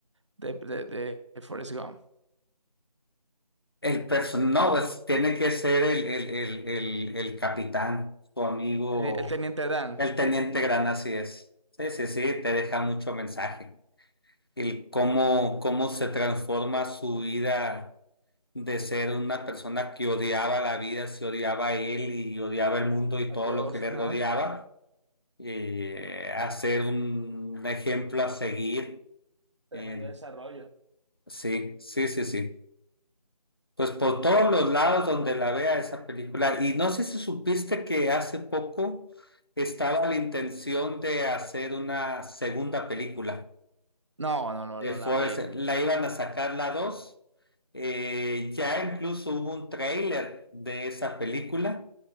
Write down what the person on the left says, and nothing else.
El person no, es tiene que ser el, el, el, el, el capitán, tu amigo,
el teniente Gran, así es. Sí, sí, sí, te deja mucho mensaje. El cómo, cómo se transforma su vida de ser una persona que odiaba la vida, se odiaba a él y odiaba el mundo y
todo lo que le
rodeaba, eh, a ser un ejemplo a seguir.
en
Sí, sí, sí, sí. Pues por todos los lados donde la vea esa película. Y no sé si supiste que hace poco estaba la intención de hacer una segunda película
de
Forrest.
La iban a sacar la dos. Eh, ya incluso hubo un tráiler de esa película